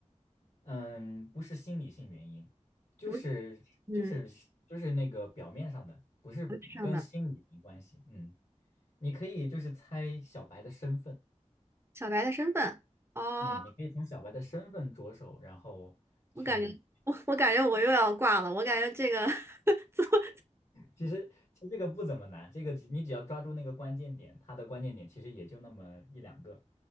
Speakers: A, on the left (about 60°); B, on the right (about 20°).
A: 嗯，不是心理性原因，就是就是就是那个表面上的，
B: 不是，嗯，
A: 不是跟心理没关系。
B: 不是上的。
A: 嗯，你可以就是猜小白的身份。
B: 小白的身份哦，
A: 嗯，你可以从小白的身份着手，然后去。
B: 我感觉我我感觉我又要挂了，我感觉这个 <laughs> 怎么
A: 其实其实这个不怎么难，这个只你只要抓住那个关键点，它的关键点其实也就那么一两个，